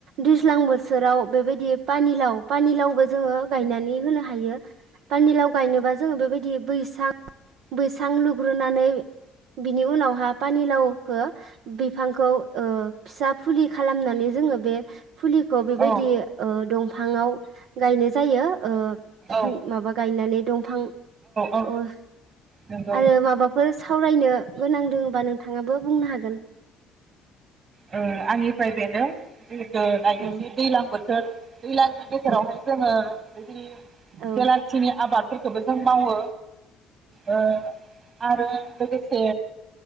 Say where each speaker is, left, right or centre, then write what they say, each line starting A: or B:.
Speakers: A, on the right (about 65°); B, on the right (about 50°).
A: दैज्लां बोथोराव बेबायदि पानिलाव पानिलाव बो जोङो गायनानै होनो हायो पानिलाव गायनोबा जोङो बेबायदि बैसां बैसां लुग्रोनानै बिनि उनावहा पानिलाव खौ बिफांखौ ओ फिसा फुलि खालामनानै जोङो बे फुलिखौ बेबायदि
B: औ
A: ओ दंफ फाङाव गायनो जायो। ओ
B: औ
A: माबा गायनानै दंफां
B: औ
A: अ
B: नंगौ
A: आरो माबाफोर सावरायनो गोनां दोङोबा नों नोंथाङाबो बुंनो हागोन।
B: ओ आंनिफ्राय बेनो जिहेथु दायो
A: औ
B: जि दैलां बोथोर दैलांनि गेजेरावहाय
A: औ
B: जोंङो बेबायदि
A: औ
B: बेलासिनि आबादफोरखोबो दोंबावो ओ आरो लोगोसे